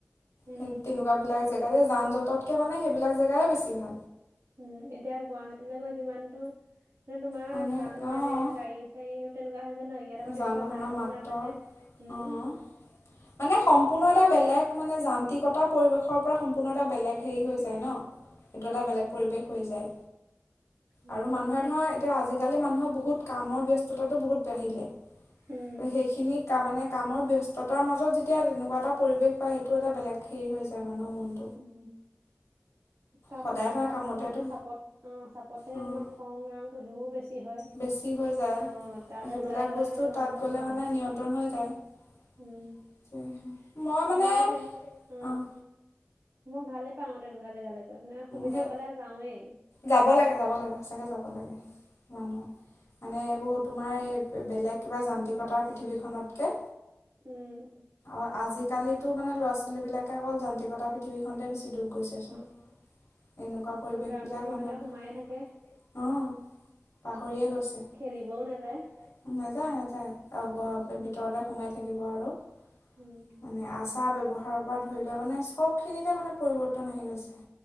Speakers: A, on the right (about 65°); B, on the left (about 75°).
A: উম
B: হেন তেনেকুৱা বিলাক জেগাতে যান জঁটতকে মানে সেইবিলাক জেগাই বেছি ভাল
A: উম এতিয়া গুৱাহতীলৈ গৈ যিমানটো, তোমাৰ
B: মানে
A: জাম লাগে
B: অঁ
A: গাড়ীৰ সেই তেনেকুৱা হৈ যায় ন ইয়াত আকৌ
B: যান
A: তেনেকুৱা
B: বাহনৰ
A: জামো
B: মাত্ৰ
A: নাথাকে উম
B: অঁ মানে সম্পূৰ্ণ এটা বেলেগ মানে যান্ত্ৰিকতা পৰিৱেশৰ পৰা সম ম্পূৰ্ণ এটা বেলেগ
A: উম
B: হেৰি হৈ যায় ন সেইটো
A: অ
B: এটা বেলেগ পৰিৱেশ হৈ যায়
A: সেইটোৱে
B: আৰু মানুহে ধৰা এতিয়া আজিকা লি মানুহৰ বহুত কামৰ ব্যস্ততাটো বহুত বাঢ়িলে
A: উম
B: ত' সেইখিনিক তাৰ মানে কামৰ ব্যস্ততাৰ মাজত যেতিয়া তেনেকুৱা এটা পৰিৱেশ পায় সেইটো এটা বেলেগ হেৰি হৈ যায় মানুহৰ মন
A: উম কাম
B: সদায় ধৰা
A: কামৰ
B: কামতেতো
A: মানে চাপত অহ চাপতে হে
B: উম,
A: তোমাৰ খং ৰাংটো সেইবোৰো বেছি হয়
B: বেছি হৈ যায়
A: অ তালৈ
B: সেইবিলাক
A: ওলাই গ'লে
B: বস্তু
A: তোমাৰ মনটো
B: তাত গ'লে
A: অ
B: মানে নিয়ন্ত্ৰণ হৈ যায় তাকেহে
A: উম
B: মই মানে
A: আকৌ তেন উম
B: অহ
A: মই ভালে পাং আ তেনেকা জেগালে তাৰমানে সুবিধা
B: সেই
A: পালে যাওঁৱেই
B: যাব লাগে যাব লাগে সঁচাকৈ যাব
A: উম
B: লাগে মানুহ মানে এইবোৰ তোমাৰ এই বেলেগ কিবা যান্ত্ৰিকতাৰ পৃথিৱীখনতকে
A: উম
B: অ আজিকালিতো মানে ল'ৰা ছোৱালী বিলাকে অকল যান্ত্ৰিকতাৰ পৃথিৱীখনতেই বেছি দূব গৈছেচোন
A: <unintelligible>
B: এনেকুৱা পৰিৱেশ
A: গ্ৰামৰ
B: বিলাক
A: ফোনটোতে
B: মানুহে
A: সোমায়ে থাকে
B: অহ পাহৰিয়ে
A: আকৌ
B: গৈছে
A: খেলিবও নাযায়
B: নাযায় নাযায় অ ঘৰৰ
A: উম
B: ভিতৰতে সোমাই থাকিব আৰু
A: উম
B: মানে আচাৰ ব্যৱহাৰৰ পৰা ধৰি লৈ মানে চবখিনিতে মানে পৰিৱৰ্তন আহি গৈছে